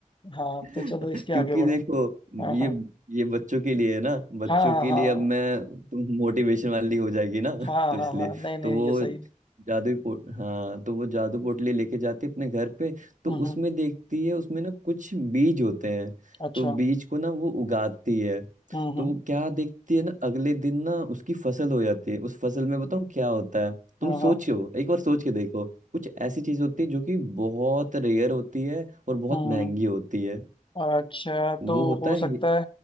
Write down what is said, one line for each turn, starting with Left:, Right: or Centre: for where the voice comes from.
Left: हाँ
Right: <laughs>
Left: तो चलो इसके आगे
Right: क्योंकि
Left: बढ़ो
Right: देखो
Left: हाँ
Right: ये
Left: हाँ
Right: ये बच्चों के लिए है ना बच्चों
Left: हाँ हाँ
Right: के
Left: हाँ
Right: लिए अब मैं तुम मोटिवेशन वाली हो जाएगी ना <laughs>
Left: हाँ
Right: तो
Left: हाँ हाँ
Right: इसलिए
Left: हाँ, नहीं नहीं
Right: तो वो
Left: ये सही
Right: जादुई पोट हाँ तो वो जादू पोटली लेके जाती है अपने घर पे तो
Left: हम्म
Right: उसमें
Left: हम्म
Right: देखती है उसमें ना कुछ बीज होते हैं
Left: अच्छा
Right: तो बीज को ना वो उगाती है
Left: हम्म
Right: तो
Left: हम्म
Right: वो क्या देखती है ना अगले दिन ना उसकी फसल हो जाती है उस फसल में बताऊँ क्या होता है तुम
Left: हाँ
Right: सोचो
Left: हाँ
Right: एक बार सोच के देखो कुछ ऐसी चीज होती है जो कि बहुत रेयर होती है और बहुत
Left: हम्म
Right: महंगी होती है
Left: अच्छा
Right: वो
Left: तो
Right: होता
Left: हो
Right: है ही,
Left: सकता है